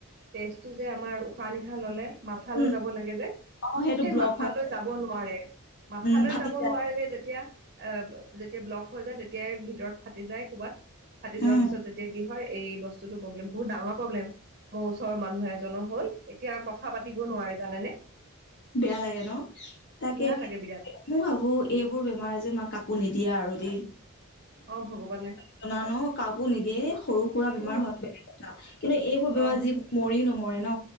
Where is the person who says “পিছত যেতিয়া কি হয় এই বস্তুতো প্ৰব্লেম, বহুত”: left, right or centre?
Right